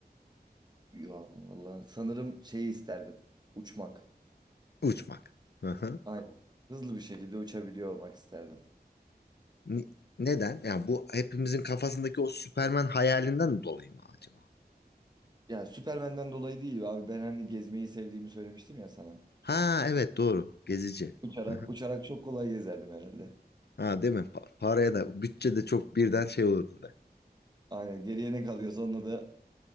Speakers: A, on the right; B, on the left.
A: Yo valla sanırım şeyi isterdim. Uçmak.
B: Uçmak. Hı hı.
A: Aynen. Hızlı bir şekilde uçabiliyor olmak isterdim.
B: Ni- Neden? Yani bu hepimizin kafasındaki o Süperman hayalinden dolayı mı acaba?
A: Yani Süpermen'den dolayı değil abi. Ben hani gezmeyi sevdiğimi söylemiştim ya sana.
B: Ha evet doğru. Gezici.
A: Uçarak
B: Hı hı.
A: uçarak çok kolay gezerdim herhalde.
B: Ha değil mi? Pa- paraya da bütçe de çok birden şey olurdu da.
A: Aynen. Geriye ne kalıyorsa onunla da